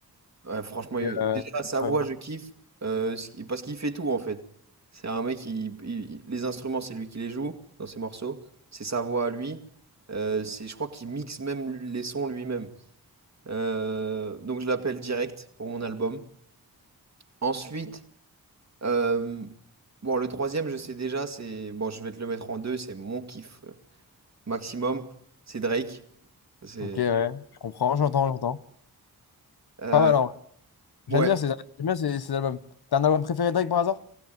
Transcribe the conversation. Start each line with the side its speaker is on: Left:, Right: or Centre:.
Right: Ouais, franchement, il-
Left: Et, euh,
Right: déjà, sa voix,
Left: ouais.
Right: je kiffe. euh, ce qui- parce qu'il fait tout, en fait. C'est un mec, qui il- il- les instruments, c'est lui qui les joue dans ses morceaux. C'est sa voix à lui. Euh, c'est, je crois qu'il mixe même lui- les sons lui-même. Euh, donc, je l'appelle direct pour mon album. Ensuite, euh, bon, le troisième, je sais déjà, c'est... Bon, je vais te le mettre en deux, c'est mon kiff. euh, maximum, c'est Drake. C'est
Left: Ok, ouais, je comprends, j'entends, j'entends.
Right: euh,
Left: Pas mal, en vrai. J'aime
Right: ouais,
Left: bien ces, j'aime bien ces, ces albums. T'as un album préféré de Drake par hasard?